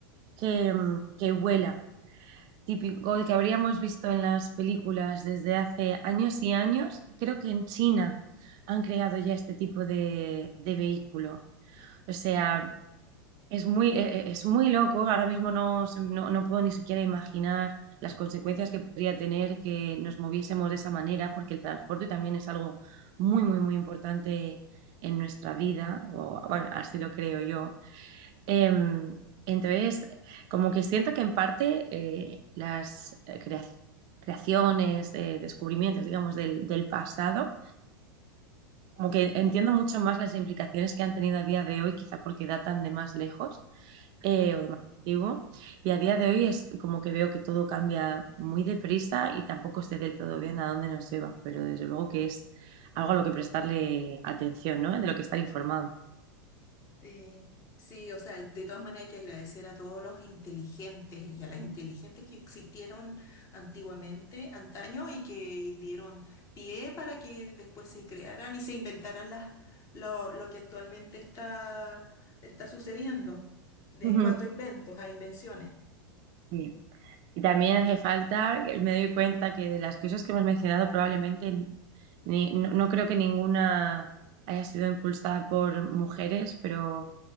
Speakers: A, on the right; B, on the left.
A: que, mm, que vuela. Típico de que habríamos visto en las películas desde hace años y años. Creo que en China han creado ya este tipo de, de vehículo. O sea, es muy, e- e- es muy loco, ahora mismo no, se- no, no puedo ni siquiera imaginar las consecuencias que podría tener que nos moviésemos de esa manera, porque el transporte también es algo muy, muy, muy importante en nuestra vida, o bueno, así lo creo yo. Em, entonces, como que siento que en parte eh, las eh, crea- creaciones, eh, descubrimientos, digamos, del, del pasado, como que entiendo mucho más las implicaciones que han tenido a día de hoy, quizá porque datan de más lejos eh, o de más antiguo. Y a día de hoy es como que veo que todo cambia muy deprisa y tampoco sé del todo bien a dónde nos lleva, pero desde luego que es algo a lo que prestarle atención, ¿no? De lo que estar informado.
B: Sí, sí, o sea, de todas maneras hay que agradecer a todos los inteligentes y a las inteligentes que existieron antiguamente, antaño, y que dieron pie para que después se crearan y se inventaran las, lo, lo que actualmente está, está sucediendo de-
A: Ujú,
B: en cuanto a inventos, a invenciones.
A: sí. Y también hace falta, eh, me doy cuenta que de las cosas que hemos mencionado probablemente ni- no, no creo que ninguna haya sido impulsada por mujeres, pero